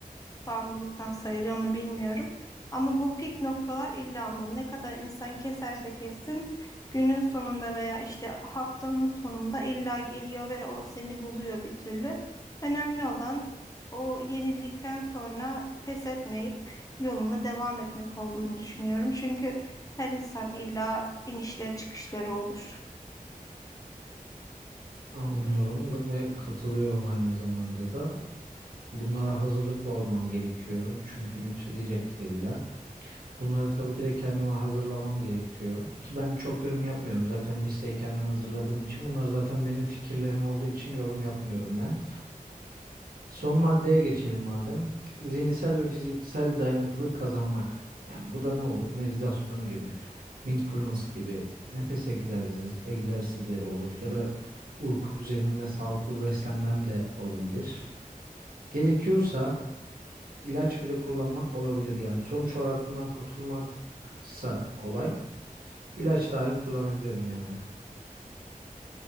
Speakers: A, on the left; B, on the right.
A: bağımlılıktan sayılıyor mu bilmiyorum. Ama bu pik noktalar illa almalı. Ne kadar insan keserse kessin günün sonunda veya işte haftanın sonunda illa geliyor ve o seni buluyor bir türlü. Önemli olan o yenildikten sonra pes etmeyip yoluna devam etmek olduğunu düşünüyorum. Çünkü her insan illa inişleri çıkışları olur.
B: Anlıyorum ve katılıyorum aynı zamanda da. Bunlara hazırlıklı olmam gerekiyor. Çünkü nüksedecektir illa. Bunları tabii ki de kendime hazırlamam gerekiyor. Ki ben çok yorum yapmıyorum. Zaten listeyi kendim hazırladığım için. Bunlar zaten benim fikirlerim olduğu için yorum yapmıyorum ben. Son maddeye geçelim madem. Zihinsel ve fiziksel dayanıklılık kazanmak. Yani bu da ne olur? Meditasyon gibi, mindfulness gibi, nefes egzersiz, egzersizleri olur. Ya da uyku düzenim ve sağlıklı beslenmem de olabilir. Gerekiyorsa ilaç bile kullanmak olabilir. Yani sonuç olarak bundan kurtulmaksa olay. İlaç dahi kullanabilirim yani.